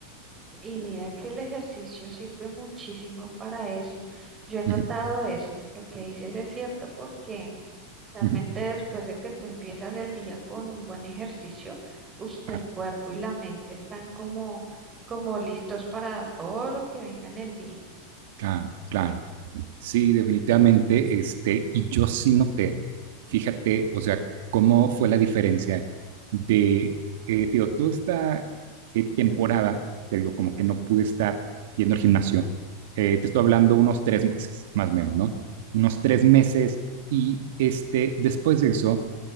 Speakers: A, on the right (about 20°); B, on the right (about 70°).
A: Y mira que el ejercicio sirve muchísimo para eso. Yo he notado
B: Ujú,
A: eso. Lo que dices es cierto porque realmente
B: ujú.
A: después de que tú empiezas el día con un buen ejercicio, uf, el
B: Claro,
A: cuerpo y la mente están como, como listos para todo lo que venga en el día.
B: claro, claro. Sí, definitivamente, este, y yo sí noté, fíjate, o sea, cómo fue la diferencia de, eh, te digo, toda esta eh, temporada, te digo, como que no pude estar yendo al gimnasio, Eh, te estoy hablando unos tres meses, más o menos, ¿no? Unos tres meses, y este, después de eso,